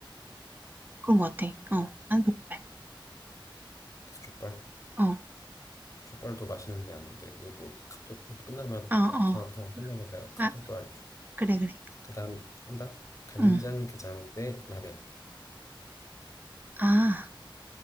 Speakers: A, on the right (about 20°); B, on the left (about 35°).
A: 그런 것 같아. 어, 난 족발.
B: 그래서 족발
A: 어,
B: 족발도 맛있는데 아는데 이것도 카톡 끝나면
A: 아, 어.
B: 내 전화 통화 끝나면 내가 카톡도
A: 아,
B: 알려줄게.
A: 그래, 그래.
B: 그다음 한다. 간장
A: 응.
B: 게장 대 라면.
A: 아,